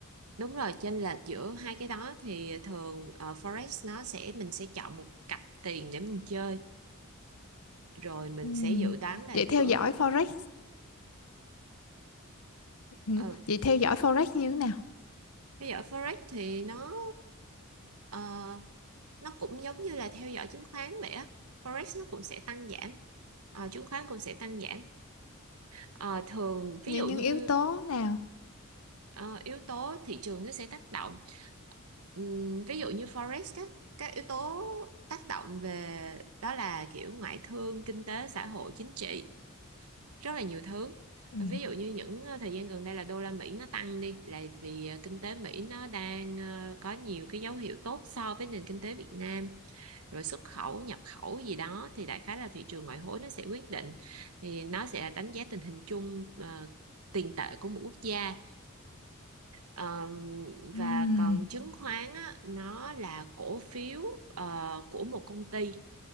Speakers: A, on the right; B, on the left.
A: đúng rồi chênh lệch giữa hai cái đó thì thường ờ, forex nó sẽ mình sẽ chọn một cặp tiền để mình chơi rồi mình
B: Ừ.
A: sẽ dự đoán là
B: Vậy
A: giữa
B: theo dõi forex, ừ.
A: ờ,
B: Vậy theo dõi forex như thế nào?
A: Theo dõi Forex thì nó ờ, ờ, nó cũng giống như là theo dõi chứng khoán vậy á. Forex nó cũng sẽ tăng giảm, Ờ, chứng khoán cũng sẽ tăng giảm. Ờ, thường ví
B: Những
A: dụ
B: những
A: như
B: yếu tố nào?
A: ờ, yếu tố thị trường nó sẽ tác động. Ừm, ví dụ như Forex các các yếu tố tác động về đó là kiểu ngoại thương, kinh tế, xã hội, chính trị. rất là nhiều thứ
B: Ừ.
A: ví dụ như những ờ, thời gian gần đây là đô la Mỹ nó tăng đi là vì ờ, kinh tế Mỹ nó đang ờ, có nhiều cái dấu hiệu tốt so với nền kinh tế Việt Nam rồi xuất khẩu nhập khẩu gì đó thì đại khái là thị trường ngoại hối nó sẽ quyết định thì nó sẽ đánh giá tình hình chung ờ, tiền tệ của một quốc gia Ờ,
B: ừ
A: và còn chứng khoán á, nó là cổ phiếu ờ, của một công ty